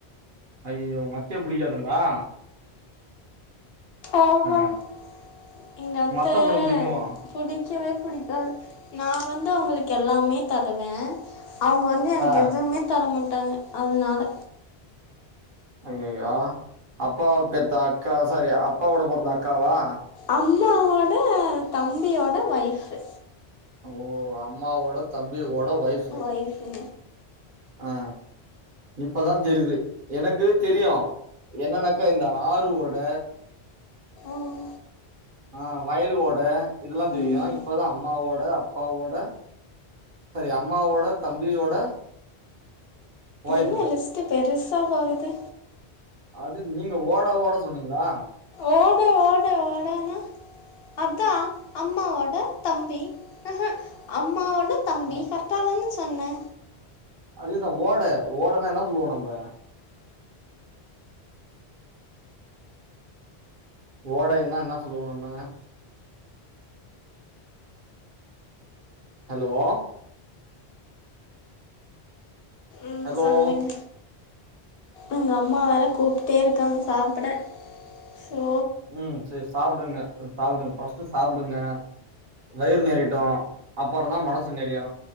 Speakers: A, on the right; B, on the left.
A: அய்யயோ உங்க அத்தைய புடிக்காதுங்களா
B: ஆமாங்க
A: ஆ
B: எங்க அத்த
A: உங்க பொண்ண புடிக்குமோ
B: புடிக்கவே புடிக்காது நா வந்து அவுங்களுக்கு எல்லாமே தருவே அவுங்க வந்து த எனக்கு
A: ஆ
B: எதுமே தர மாட்டாங்க அதனால
A: அய்யயோ அப்பாவ பெத்த அக்கா சாரி அப்பாவோட பொறந்த அக்காவா
B: அம்மாவோட தம்பியோட ஒய்ஃபு
A: ஓ, அம்மாவோட தம்பியோட ஒய்ஃப்
B: ஒய்ஃபு
A: ஆ இப்பதா தெரிது எனக்கு தெரியு என்னனாக்கா இந்த ஆறுவோட
B: ம்
A: ஆ வயல் ஓட இதெல்லா தெரியு
B: ம்.
A: இப்பதா அம்மாவோட அப்பாவோட சாரி அம்மாவோட தம்பியோட ஒய்ஃப்
B: என்ன லிஸ்ட்டு பெருசா போகுது
A: அது நீங்க ஓட ஓட சொன்னீங்ளா
B: ஓட ஓட ஓடனா அதா அம்மாவோட தம்பி அ ஹ அம்மாவோ அதா தம்பி
A: ஆ
B: கரெட்டா தான சொன்னே
A: அதேதா ஓட ஓடனா என்ன சொல்லுவோ நம்ப ஓடைன்னா என்ன சொல்லுவோ நம்ம ஹலோ
B: ம்
A: ஹலோ
B: சொல்லுங்க எங்க அம்மா வேற கூப்ட்டே இருக்காங்க சாப்டசோ
A: ம் சேரி சாப்டுங்க சாப்டுங்க ஃபஸ்ட்டு சாப்டுங்க வயிறு நெறையட்டு அப்பறந்தா மனசு நெறையு